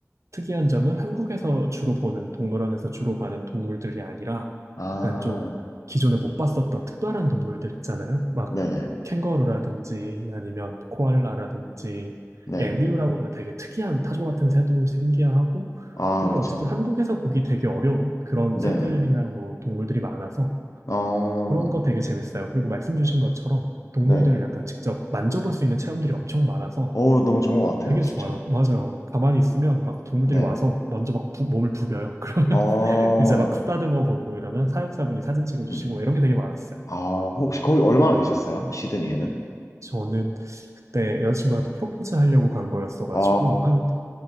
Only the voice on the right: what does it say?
특이한 점은 한국에서 주로 보는, 동물원에서 주로 봐는 동물들이 아니라
약간 좀 기존에 못 봤었던 특별한 동물들 있잖아요. 막
캥거루라든지 아니면 코알라라든지
에뮤라고 는 되게 특이한 타조 같은 새도 신기하고
뭔가
어쨌든 한국에서 보기 되게 어려운 그런
새들이나 뭐 동물들이 많아서
그런 거 되게 재밌어요. 그리고 말씀 주신 것처럼 동물들을
약간 직접 만져볼 수 있는 체험들이 엄청 많아서
되게
좋아요. 맞아요. 가만히 있으면 막 동물들이
와서 먼저 막 부- 몸을 부벼요. <laughs>
그러면 이제 막 쓰다듬어 보고 이러면 사육사분이 사진 찍어주시고
막 이런 게 되게 많았어요.
저는 그때 여자친구한테 프로포즈 하려고 간 거였어가지고
한